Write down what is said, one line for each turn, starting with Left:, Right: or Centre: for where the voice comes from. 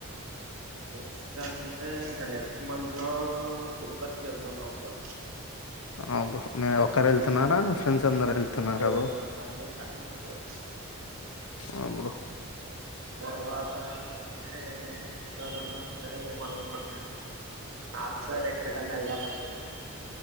Right: ఓ అంటే ఇంకా నెక్స్ట్ మంత్లో తిరుపతికి వెళ్దాన్నాం బ్రో
Left: ఆహ్ బ్రో మీరు ఒక్కరే వెళ్తున్నారా
Right: ఇంకా
Left: ఫ్రెండ్స్ అందరు వెళ్తున్నారా
Right: ఏదో ఫ్యామిలీ ఫ్యామిలీ బ్రో
Left: ఆ బ్రో
Right: తర్వాత ఇంకా అంటే చూడాలి గృహం ఇంకా ఏం అనుకోట్లేదు నార్త్ సైడ్ ఎక్కడికన్నా వెళ్ళాలనుకుంటు లో